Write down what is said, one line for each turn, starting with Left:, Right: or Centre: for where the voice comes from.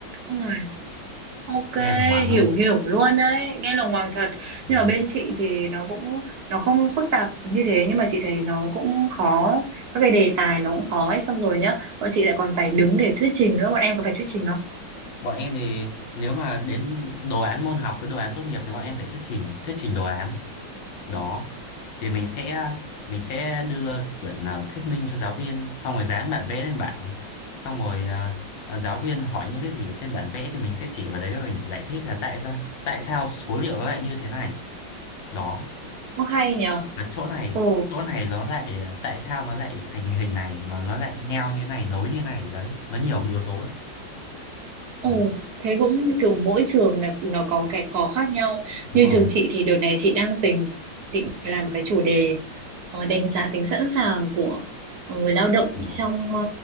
Right: Ui, ok,
Left: Nghe là ngoằng
Right: hiểu
Left: không?
Right: hiểu luôn đấy. Nghe lòng hoàng thật.
Left: Đấy.
Right: Nhưng mà bên chị thì nó cũng nó không phức tạp như thế nhưng mà chị thấy nó cũng khó. Các cái đề tài nó cũng khó ấy. Xong rồi nhá, bọn chị lại còn phải đứng để thuyết trình nữa. Bọn em có phải thuyết trình không?
Left: Bọn em thì nếu mà đến đồ án môn học với đồ án tốt nghiệp thì bọn em phải thuyết trình, thuyết trình đồ án. đó thì mình sẽ à, mình sẽ đưa quyển à, thuyết minh cho giáo viên xong rồi dán bản vẽ lên bảng xong rồi à, à, giáo viên hỏi những cái gì ở trên bản vẽ thì mình sẽ chỉ vào đấy và mình giải thích là tại sao tại sao số liệu nó lại như thế này đó
Right: Ô hay nhở?
Left: và chỗ này
Right: Ồ
Left: chỗ này nó lại à, tại sao nó lại thành hình này mà nó lại neo như này nối như này đấy nó nhiều cái yếu tố lắm
Right: Ồ,
Left: đấy
Right: thế cũng kiểu mỗi trường là nó có cái khó khác nhau.
Left: đúng
Right: Như
Left: rồi
Right: trường chị thì đợt này chị đang tính định làm cái chủ đề ờ, đánh giá tính sẵn sàng của ờ, người lao động
Left: Ờ,
Right: trong ờ,